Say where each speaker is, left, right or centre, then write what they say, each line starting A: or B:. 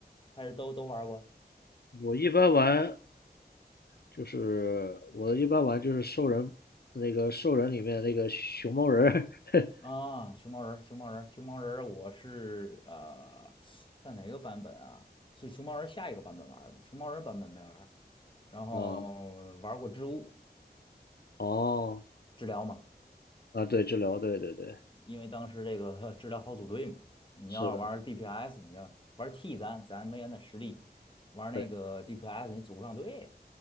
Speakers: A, on the left; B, on the left.
A: 还是都都玩过
B: 我一般玩就是我一般玩就是兽人，那个兽人里面那个熊猫人儿 <laughs>
A: 啊？熊猫人儿熊猫人儿熊猫人儿我是呃，在哪个版本啊？是熊猫人儿下一个版本玩儿的，熊猫人儿版本没玩儿然后玩过织物
B: 啊，哦，
A: 治疗嘛，
B: 啊，对，治疗，对对对，
A: 因为当时这个 <laughs> 治疗好组队嘛，你要是玩
B: 是的，
A: DPS，你要玩 T 咱咱没原的实力，玩那个
B: 对
A: DPS 你组不上队。